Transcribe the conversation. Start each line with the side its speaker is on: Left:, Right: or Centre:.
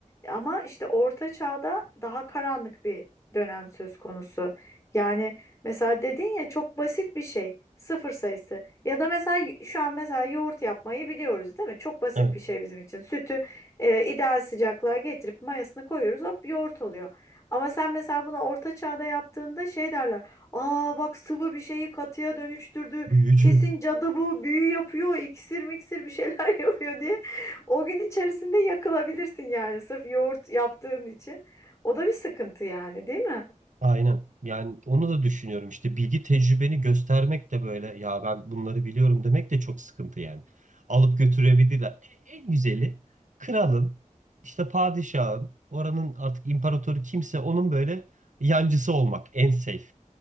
Left: Ama işte orta çağda daha karanlık bir dönem söz konusu. Yani mesela dedin ya çok basit bir şey sıfır sayısı. Ya da mesela y- şu an mesela yoğurt yapmayı biliyoruz değil mi? Çok basit
Right: evet.
Left: bir şey bizim için. Sütü e, ideal sıcaklığa getirip mayasını koyuyoruz hop yoğurt oluyor. Ama sen mesela bunu orta çağda yaptığında şey derler. Aa bak sıvı bir şeyi katıya dönüştürdü.
Right: Büyücü.
Left: Kesin cadı bu büyü yapıyor iksir miksir bir şeyler <laughs> yapıyor diye. O gün içerisinde yakılabilirsin yani sırf yoğurt yaptığın için. O da bir sıkıntı yani değil mi?
Right: Aynen. Yani onu da düşünüyorum işte bilgi tecrübeni göstermek de böyle ya ben bunları biliyorum demek de çok sıkıntı yani. Alıp götürebilirler. E- En güzeli kralın işte padişahın oranın artık imparatoru kimse onun böyle yancısı olmak en safe